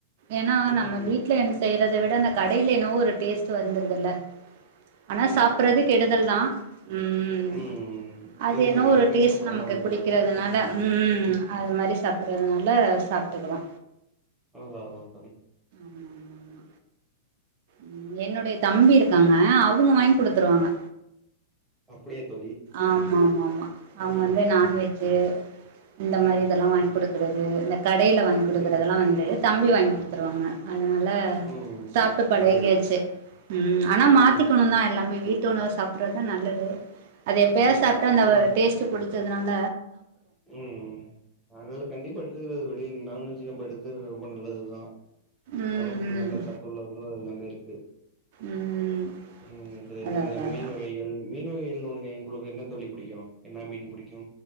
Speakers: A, on the right; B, in the centre.
A: ஏன்னா
B: ம்
A: நம்ம வீட்ல என் செய்றத விட அந்த கடைல என்னோவோ ஒரு டேஸ்ட்டு வந்துருதுல ஆனா
B: ஆமா
A: சாப்புறது
B: தோழி ஆமா
A: கெடுதல்
B: தோழி
A: தா ம்
B: ம்
A: அது
B: இருந்தாலு
A: என்னவோ
B: என்னைக்கா
A: ஒரு டேஸ்ட்டு
B: சாப்புட்றனால
A: நமக்கு
B: ஒண்ணு
A: பிடிக்குறதுனால
B: இல்ல
A: ம் அது மாரி சாப்ட்றதுனால சாப்ட்டுக்குறோ
B: அதா அதா தோழி
A: மாமா ம் என்னோடய தம்பி இருக்காங்க அவுங்க வாங்கி குடுத்துருவாங்க
B: அப்டீயா தோ
A: ஆமா ஆமா ஆமா அவுங்க
B: ம்
A: வந்து நான்வெஜு இந்த மாரி
B: ம்
A: இதெல்லா வாங்கிகுடுக் குறது இந்த கடைல வாங்கி குடுக்குறதெல்லா
B: புரியுது புரியுது
A: வந்து
B: புரியுது தோழி
A: தம்பி வாங்கி குடுத்துருவாங்க அதனால
B: ம்
A: சாப்ட்டு பழகியாச்சு
B: சேரி
A: ம் ஆனா மாத்திக்கணுந்தா
B: ம்
A: எல்லாமே வீட்டு உணவு சாப்ட்றதுதா நல்லது அது எப்பயாச்சு
B: ஆமா
A: சாப்ட்டா
B: தோழி
A: அந்த
B: ஆமா தோழி
A: டேஸ்ட்டு புடிச்சதுனால
B: ம் ம் அதனால கண்டிப்பா எடுத்துக்கிறது டெய்லியும் நான்வெஜு நம்ம எடுத்துறது ரொம்ப நல்லதுதா‌
A: ம்
B: ஒடம்புக்கு நல்ல
A: ம்
B: சத்து உள்ள எல்லாமே இர்க்கு
A: ம்
B: ம் இது
A: அதா
B: இந்த
A: அதா அதா
B: மீன் வகைகள் மீன் வகைகள்ல உனக்கு உங்குளுக்கு என்ன தோழி பிடிக்கோ என்ன மீன் பிடிக்கோ